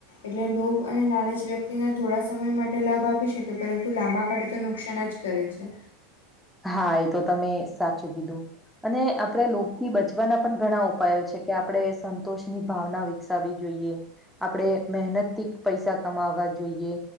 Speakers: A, on the left; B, in the centre.
A: એટલે લોભ અને લાલચ વ્યક્તિના થોડા સમય માટ તે લાભ આપી શકે પરંતુ લાંબા ગાળે તો નુકસાન જ કરે છે.
B: હા એ તો તમે સાચું કીધું. અને આપડે લોભથી બચવાના પણ ઘણા ઉપાયો છે કે આપણે સંતોષ ની ભાવના વી વિકસાવી જોઈએ આપડે મહેનત થી પૈસા કમાવા જોઈએ.